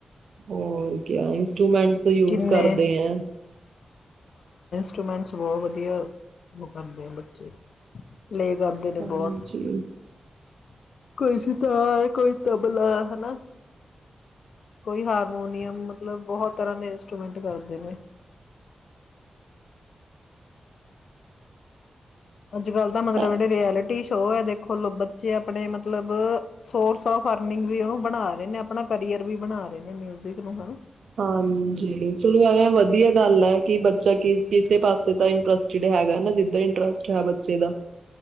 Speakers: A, on the right (about 80°); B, on the left (about 75°).
A: ਹੋਰ ਕਿਆ ਇੰਸਟਰ੍ਰੂਮੈਂਟਸ ਯੂਜ
B: ਕਿੰਨੇ
A: ਕਰਦੇ ਆ
B: ਇਟਰੂਮੈਂਟਸ ਬਹੁਤ ਵਧੀਆ ਉਹ ਕਰਦੇ ਆ ਬੱਚੇ ਲੈ ਕਰਦੇ ਨੇ
A: ਹਾਂਜੀ
B: ਬਹੁਤ <unintelligible> ਹੈਨਾ ਕੋਈ ਹਾਰਮੋਨੀਅਮ ਮਤਲਬ ਬਹੁਤ ਤਰ੍ਹਾਂ ਦੇ ਇੰਸਟਰੂਮੈਂਟ ਕਰਦੇ ਨੇ ਅੱਜ ਕੱਲ ਤਾਂ ਮਤਲਬ
A: ਅ-
B: ਜੇਹੜੇ ਰਐਲਲੀਟੀ ਸ਼ੋ ਹੈ ਦੇਖੋ ਬੱਚੇ ਆਪਣੇ ਮਤਲਬ ਸੋਰਸ ਆਫ ਅਰਨਿੰਗ ਵੀ ਉਹਨੂੰ ਬਣਾ ਰਹੇ ਨੇ ਆਪਣਾ ਕਰੀਅਰ ਵੀ ਬਣਾ ਰਹੇ ਨੇ ਮਿਊਜਿਕ ਨੂੰ ਹਨਾ
A: ਹਾਂਜੀ ਚਲੋ ਐਵੇਂ ਵਧੀਆ ਗੱਲ ਹੈ ਕਿ ਬੱਚਾ ਕਿਸੇ ਪਾਸੇ ਦਾ ਇੰਟਰਸਟ ਹੈਗਾ ਨਾ ਜਿਦ ਇੰਟਰਸਟ ਹੈ ਬੱਚੇ ਦਾ